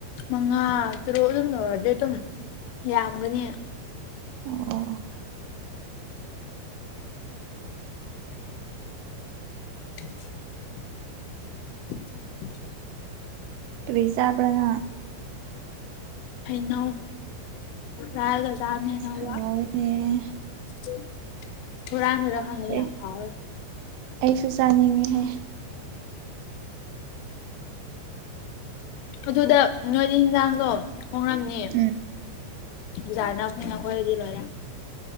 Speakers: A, on the left; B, on the right.
A: ꯃꯉꯥ ꯇꯔꯨꯛ ꯑꯗꯨꯝ ꯇꯧꯔꯗꯤ ꯑꯗꯨꯝ ꯌꯥꯝꯒꯅꯤ
B: ꯑꯣ
A: <inaudible> <inaudible>
B: ꯀꯔꯤ ꯆꯥꯕꯔ ꯅꯪ ꯫
A: ꯍꯩꯅꯧ ꯍꯨꯔꯥꯟꯂꯒꯆꯥꯕꯅꯦ ꯅꯧꯕ
B: ꯍꯥꯎꯋꯤꯅꯦ
A: ꯫ ꯍꯨꯔꯥꯟꯕꯗ ꯈꯪꯉꯦ
B: ꯑꯦ
A: ꯌꯥꯝ ꯍꯥꯎꯏ
B: ꯑꯩꯁꯨ ꯆꯥꯅꯤꯡꯉꯤꯍꯦ ꯫
A: ꯑꯗꯨꯗ ꯅꯣꯏꯅ ꯌꯦꯟꯖꯥꯡꯗꯣ ꯍꯣꯡꯂꯝꯅꯤ
B: ꯎꯝ
A: ꯕꯖꯔ ꯅꯛꯄꯅꯤꯅ ꯑꯩꯈꯣꯏꯗꯤ ꯂꯣꯏꯔꯦ ꯫